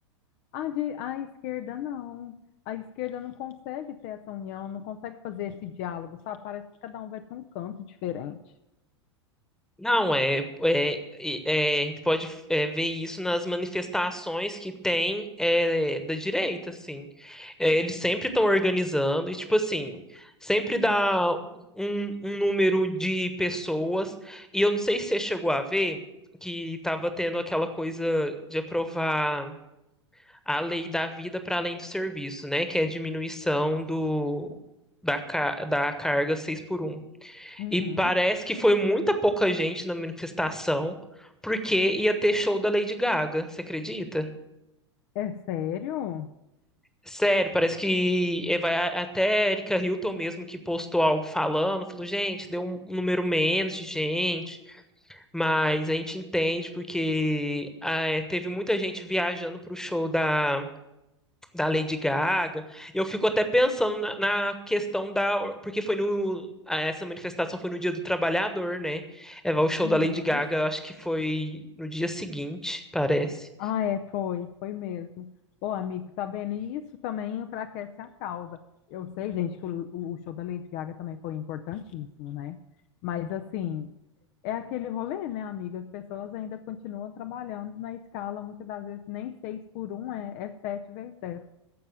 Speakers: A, on the left; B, in the centre.
A: A, de- a esquerda não. A esquerda não consegue ter essa união, não consegue fazer esse diálogo, sabe? Parece que cada um vai para um canto diferente.
B: Não, é, é, é, a gente pode é, ver isso nas manifestações que tem é, da direita, assim. É, eles sempre estão organizando, e tipo assim, sempre dá um, um número de pessoas, e eu não sei se você chegou a ver que estava tendo aquela coisa de aprovar a lei da vida para além do serviço, né? Que é a diminuição do, da, ca- da carga 6 por um.
A: Uhum.
B: E parece que foi muita pouca gente na manifestação, porque ia ter show da Lady Gaga, você acredita?
A: É sério?
B: Sério, parece que eh, vai a- até a Erika Hilton mesmo que postou algo falando, falou, gente, deu um número menos de gente, mas a gente entende porque ah, eh, teve muita gente viajando pro show da da Lady Gaga. Eu fico até pensando na, na questão da. Porque foi no. Essa manifestação foi no Dia do Trabalhador, né? É, o show
A: Uhum.
B: da Lady Gaga, eu acho que foi no dia seguinte, parece.
A: Ah, é, foi, foi mesmo. Ô, amigo, tá vendo? E Isso também enfraquece a causa. Eu sei, gente, que o, o show da Lady Gaga também foi importantíssimo, né? Mas, assim, é aquele rolê, né, amigo? As pessoas ainda continuam trabalhando na escala, muitas das vezes nem seis por um é, é sete vezes zero.